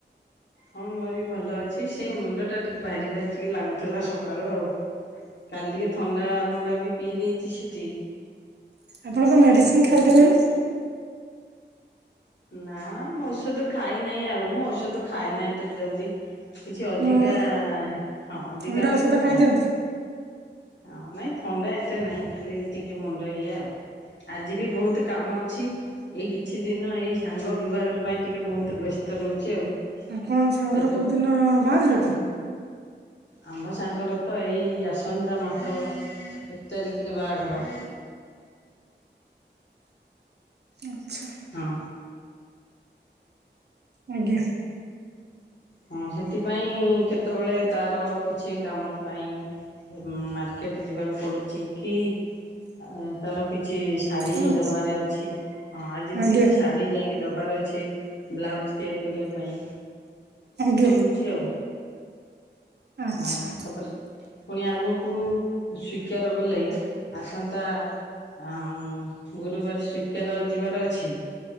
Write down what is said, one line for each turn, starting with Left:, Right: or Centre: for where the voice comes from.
Left: ହଁ ମୋରି ବି ଭଲ ଅଛି ସେଇ ମୁଣ୍ଡ ଟା ଟିକେ ଭାରି ଭାରି ଟିକେ ଲାଗୁଥିଲା ସକାଳୁ ଆଉ। କାଲି ଟିକେ ଥଣ୍ଡା ଫଣ୍ଡା ବି ପିଇ ଦେଇଛି ସେଠି।
Right: ଆପଣଙ୍କ ମେଡିସିନ
Left: ସେଥିପାଇଁ।
Right: ଖାଇଦେଲେନି।
Left: ନା ମୁଁ ଔଷଧ ଖାଇ ନାହିଁ ଆଉ ମୁଁ ଔଷଧ ଖାଏ ନାହିଁ ଏତେ ଜଲ୍ଦି। କିଛି ଅଧିକା
Right: ମୁଁ
Left: ହଁ ଅଧିକା
Right: ଥଣ୍ଡା
Left: ହେଲେ
Right: ଔଷଧ
Left: ମୁଁ ଖାଏ।
Right: ଖାଇଦିଅନ୍ତୁ
Left: ହଁ ନାଇଁ ଥଣ୍ଡା ଏତେ ନାହିଁ ଖାଲି ଟିକେ ମୁଣ୍ଡ ଇଏ ଆଉ। ଆଜି ବି ବହୁତ କାମ ଅଛି ଏଇ କିଛି ଦିନ ଏଇ ସାଙ୍ଗ ବିଭାଘର ପାଇଁ ଟିକେ ବହୁତ ବ୍ୟସ୍ତ ରହୁଛି ଆଉ।
Right: ଆପଣଙ୍କ ସାଙ୍ଗର
Left: କେତେ
Right: କୋଉ ଦିନ ବାହାଘର କି?
Left: ଆମ୍ଭ ସାଙ୍ଗର ତ ଏଇ ଆସନ୍ତା ମାସ ଏକ ତାରିଖରେ ବାହାଘର।
Right: ଆଚ୍ଛା।
Left: ହଁ।
Right: ଆଜ୍ଞା।
Left: ହଁ ସେଥିପାଇଁ କେତେବେଳେ ତାର କିଛି କାମ ପାଇଁ ମାର୍କେଟ ଯିବାକୁ ପଡୁଛି କି ଆ ତାର କିଛି ଶାଢ଼ୀ
Right: ହୁଁ
Left: ଦେବାରେ ଅଛି। ହଁ ଆଜି ବି
Right: ଆଜ୍ଞା
Left: କିଛି ଶାଢ଼ୀ ଯାଇକି ଦବାର ଅଛି ବ୍ଲାଉଜ ତିଆରି କରିବା ପାଇଁ।
Right: ଆଜ୍ଞା
Left: ଅଛି ଆଉ
Right: ଆଚ୍ଛା
Left: ହଁ ତାପରେ। ପୁଣି ଆଗକୁ ସ୍ୱୀକାର କଲେ ଆସନ୍ତା। ଆ ଗୁରୁବାର ସ୍ଵଇକାର ଯିବାର ଅଛି।